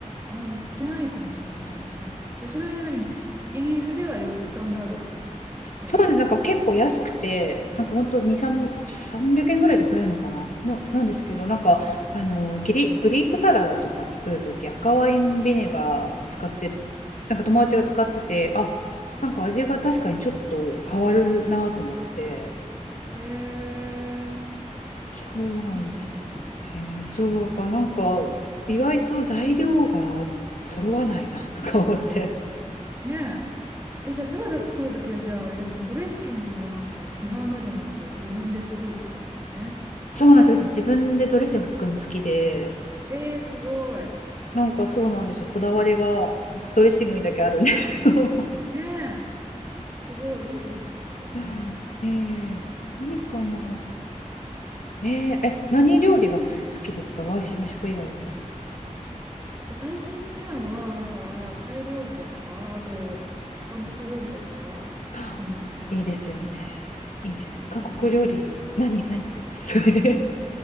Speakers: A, on the right; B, on the left.
A: あ、売ってないかもしれないですね、そういうの。で、それなに、イギリスではよくスタンダードな調味料なんだ。
B: そうですなんか結構安くてなんかほんと2300円ぐらいで買えるのかなななんですけどなんかあのギリグリークサラダとか作るとき赤ワインビネガー使ってなんか友達が使っててあなんか味が確かにちょっと変わるなと思って
A: へえ、
B: そうなんですよねそうだからなんか意外と材料が揃わないなとか思って。
A: そうなんだ。ねえ。え、じゃあサラダ作るときは、じゃああれですね、ドレッシングもなんか市販のじゃなくて自分で作るってことですよね。
B: そうなんですよ。
A: じゃあ。
B: 私自分でドレッシング作るの好きで、
A: えー、すごい。
B: なんかそうなんですよ。こだわりがドレッシングにだけあるんですよ。
A: ねえ。すごい、いいですね。
B: <laughs> ええと何かな。
A: だから、
B: えええ、何料理が好きですか和食、和食以外だと。
A: え、最近好きなのは、だから、タイ料理とか、あと、韓国料理とか、
B: <gasps>
A: 作るの好きですけどね。
B: いいですよね。いいですよね。
A: そう、
B: 韓国料理、
A: だから
B: 何、何作りましたかね。